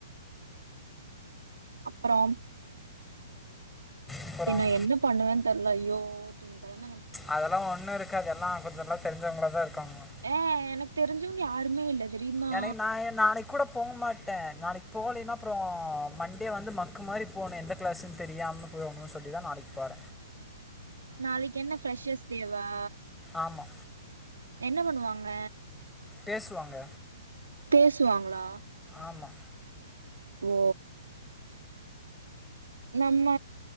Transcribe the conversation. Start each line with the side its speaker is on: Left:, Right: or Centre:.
Right: அப்றோம்
Centre: அப்புறம்
Right: ஏ நா என்ன பண்ணுவன் தெர்ல ஐயோ திங் கெழம
Centre: அதல்லா ஒண்ணு இருக்காது எல்லா கொஞ்சொ எல்லா தெரிஞ்சவங்களாதா இருக்காங்ளா
Right: ஏ எனக் தெரிஞ்சவங்க யாருமே இல்ல தெரியுமா
Centre: எனக் நா எ நாளைக் கூட போ மாட்ட நாளைக் போலேன்னா அப்றோ மண்டே வந்து மக்கு மாறி போணு எந்த க்ளாஸுன் தெரியாம <unintelligible> சொல்லிதா நாளைக் போற
Right: நாளைக் என்ன ப்ரெஷஸ் டேவா
Centre: ஆமா
Right: என்ன பண்ணுவாங்க
Centre: பேசுவாங்க
Right: பேசுவாங்களா
Centre: ஆமா
Right: ஓ நம்ம